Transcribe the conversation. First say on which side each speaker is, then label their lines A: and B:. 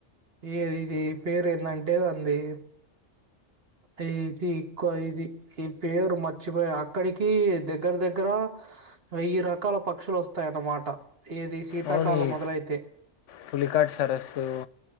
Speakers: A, on the right; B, on the left.
A: ఈ ఇది పేరు ఏందంటేది అంది ఇది ఇక్కువ ఇది ఈ పేరు మర్చిపోయ అక్కడికి దగ్గర దగ్గర వెయ్యి రకాల పక్షులు వస్తాయన్నమాట. ఏది శీతాకాలం
B: అవును. ఈ
A: మొదలైతే
B: పులికాట్ సరస్సు